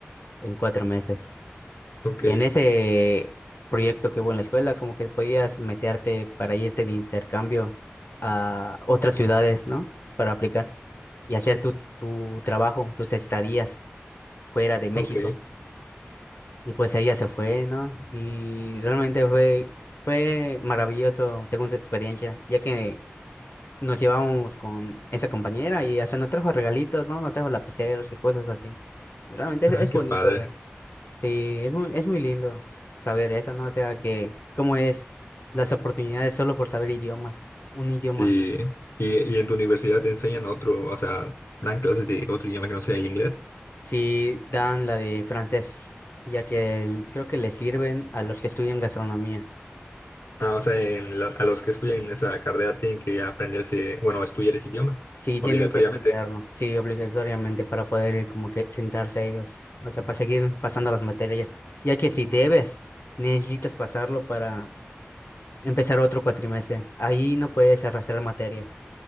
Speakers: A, on the left (about 65°); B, on the left (about 85°).
A: en cuatro meses.
B: ok,
A: Y en ese proyecto que hubo en la escuela, como que podías meterte para irte de intercambio a otras ciudades, ¿no? Para aplicar y hacer tu, tu trabajo, tus estadías fuera de México.
B: ok.
A: Y pues ella se fue, ¿no? Y realmente fue, fue maravilloso según su experiencia, ya que nos llevamos con esa compañera y hasta nos trajo regalitos, ¿no? Nos trajo lapiceros y cosas así. Y realmente es,
B: Ah,
A: es bonito
B: qué padre.
A: Sí, es muy, es muy lindo saber eso, ¿no? O sea, que cómo es las oportunidades solo por saber idiomas, un idioma.
B: Sí. ¿Y, y en tu universidad te enseñan otro, o sea, dan clases de otro idioma que no sea el inglés?
A: Sí, dan la de francés, ya que el- creo que le sirven a los que estudian gastronomía.
B: Ah, o sea, en lo- a los que estudian esa carrera tienen que aprenderse, bueno, estudiar ese idioma,
A: Sí,
B: obligatoriamente.
A: tienen que estudiarlo, sí, obligatoriamente para poder eh, como que sentarse ellos, o sea, para seguir pasando las materias, ya que si debes, necesitas pasarlo para empezar otro cuatrimestre. Ahí no puedes arrastrar materias.